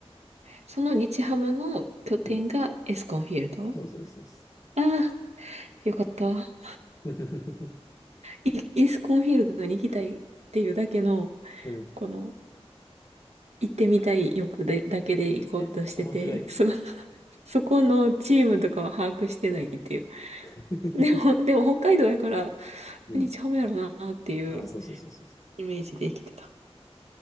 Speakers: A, on the right; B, on the left.
A: その日ハムの拠点がエスコンフィールドあ
B: な。うん。あそうそうそうそう。
A: あよかった。
B: <laughs>
A: イイスコンフィールドに行きたいっていうだけの、
B: うん。
A: この、行ってみたい欲で、だけで行こうとしてて、
B: <laughs> え、面白いね。
A: その、<laughs> そこのチームとかは把握してないっていう。
B: <laughs>
A: でも、<laughs> でも北海道やから、
B: うん。
A: 何ちゃうやろなっていう
B: <laughs> あ、そうそうそうそう。
A: イメージで生きてた。